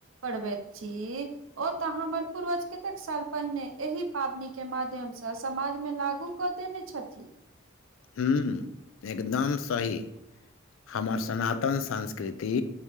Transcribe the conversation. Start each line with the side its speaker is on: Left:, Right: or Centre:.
Right: पढ़बैत छी ओ तय हमर पूर्वज कतेक साल पहिने एहि पाबनिके माध्यमसँ समाजमे लागू क देने छथि
Left: हू एकदम सही हमर सनातन संस्कृति